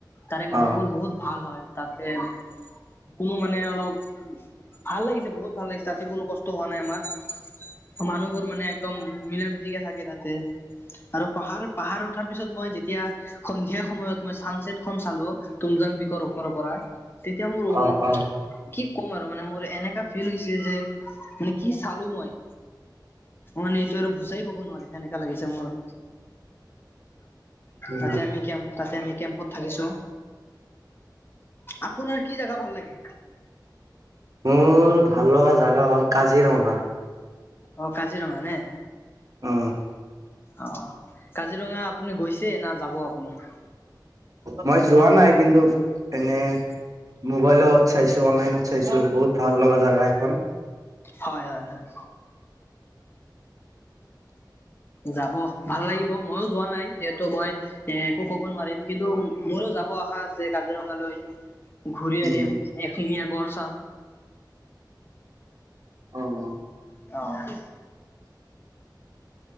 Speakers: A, on the left; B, on the right.
A: তাৰে
B: অ।
A: মানুহবোৰ বহুত। ভাল হয় তাতে কোনো মানে অলপ ভাল লাগিছে বহুত। ভাল লাগিছে তাতে কোনো কষ্ট হোৱা নাই আমাৰ মানুহবোৰ মানে একদম মিলা মিতিকে থাকে তাতে। আৰু পাহাৰ পাহাৰ উঠাৰ পিছত মই যেতিয়া সন্ধিয়া সময়ত। মই চানচেট খন চালো তুমজাং পিকৰ ওপৰৰ পৰা তেতিয়া মোৰ
B: অ অ
A: কি ক'ম আৰু মানে মোৰ এনেকা ফিল হৈছে যে মানে কি চালো মই। মানে এইটো আৰু বুজাই ক'ব নোৱাৰি সেনেকা লাগিছে মোৰ।
B: উম।
A: তাতে আমি কেম্প তাতে আমি কেম্পত থাকিছো আপোনাৰ কি জেগা ভাল লাগে?
B: মোৰ ভাল লগা জেগা হ'ল কাজিৰঙা।
A: অ কাজিৰঙা নে?
B: অ,
A: অ কাজিৰঙা আপুনি গৈছে না যাব আপুনি?
B: মই যোৱা নাই কিন্তু এনে মোবাইলত চাইছো অনলাইনত চাইছো বহুত ভাল লগা জেগা এখন
A: হয়, হয়, হয়। যাব ভাল লাগিব, মইয়ো যোৱা নাই, যিহেতু মই এ একো ক'ব নোৱাৰিম, কিন্তু মোৰো যাব আশা আছে কাজিৰঙালৈ। ঘূৰি
B: উম।
A: আহিম, এশিঙীয়া গড় চাম।
B: অ', অ'।
A: অ'।